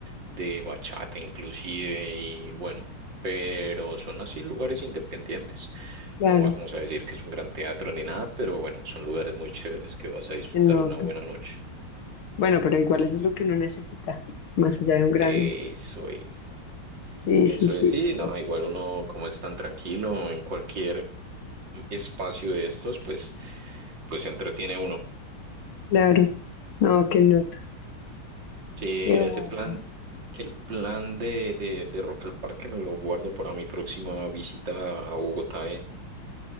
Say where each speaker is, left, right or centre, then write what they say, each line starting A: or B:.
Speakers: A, on the right; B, on the left.
A: de bachata inclusive, y bueno, pero son así lugares independientes.
B: claro,
A: No vamos a decir que es un gran teatro ni nada, pero bueno, son lugares muy chéveres que vas a disfrutar
B: qué nota.
A: una buena noche.
B: Bueno, pero igual eso es lo que uno necesita, más allá de un gran.
A: Eso es.
B: Sí,
A: Eso
B: sí, sí,
A: es, sí,
B: qué nota.
A: no, igual uno como es tan tranquilo en cualquier espacio de estos, pues, pues se entretiene uno.
B: Claro. No, qué nota.
A: Sí,
B: Qué
A: ese
B: bueno.
A: plan, el plan de, de, de Rock al Parque me lo guardo para mi próxima visita a Bogotá, eh.